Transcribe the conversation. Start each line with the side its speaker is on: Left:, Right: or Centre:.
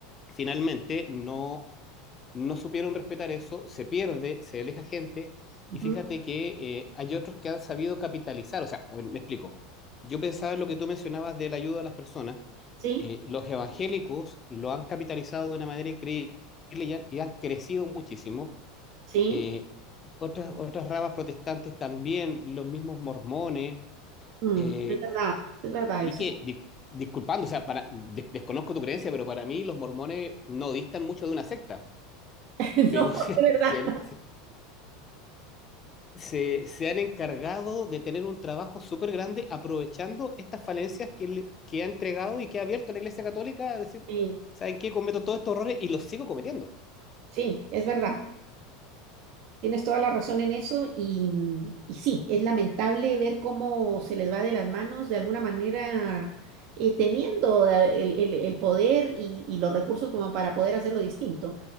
Left: finalmente no no supieron respetar eso, se pierde, se aleja gente,
Right: ujú,
Left: y fíjate que eh, hay otros que han sabido capitalizar, o sea, a ver, me explico, yo pensaba en lo que tú mencionabas de la ayuda a las personas,
Right: sí,
Left: eh, los evangélicos lo han capitalizado de una manera increíble y, han- y han crecido muchísimo,
Right: sí,
Left: eh, otras, otras ramas protestantes también, los mismos mormones,
Right: mm,
Left: eh,
Right: es verdad, es verdad
Left: y
Right: eso.
Left: que, di- disculpando, o sea, para, des- desconozco tu creencia, pero para mí los mormones no distan mucho de una secta,
Right: <laughs>
Left: pero
Right: No,
Left: <laughs>
Right: es verdad.
Left: se, se- se, se han encargado de tener un trabajo súper grande aprovechando estas falencias que, le- que ha entregado y que ha abierto la Iglesia Católica a decir,
Right: Sí,
Left: ¿saben qué? Cometo todos estos errores y los sigo cometiendo.
Right: sí, es verdad. Tienes toda la razón en eso y, mm, y sí, es lamentable ver cómo se les va de las manos de alguna manera eh, teniendo eh, el, el- el poder y, y los recursos como para poder hacerlo distinto.